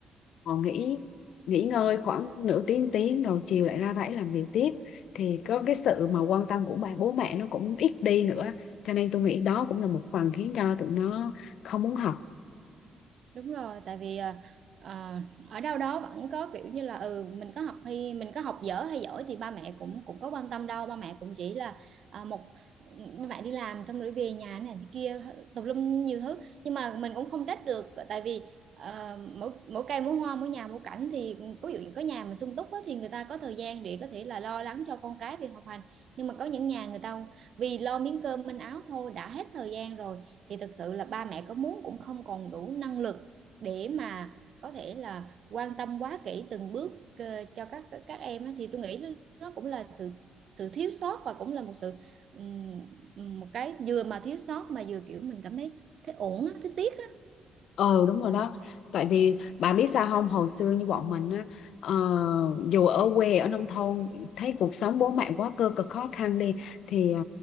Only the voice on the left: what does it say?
họ nghỉ nghỉ ngơi khoảng nửa tiếng tiếng rồi chiều lại ra rẫy làm việc tiếp thì có cái sự mà quan tâm của bà bố mẹ nó cũng ít đi nữa cho nên tôi nghĩ đó cũng là một phần khiến cho tụi nó không muốn học
ừ đúng rồi đó tại vì bà biết sao không hồi xưa như bọn mình á ờ, dù ở quê ở nông thôn thấy cuộc sống bố mẹ quá cơ cực khó khăn đi thì ờ,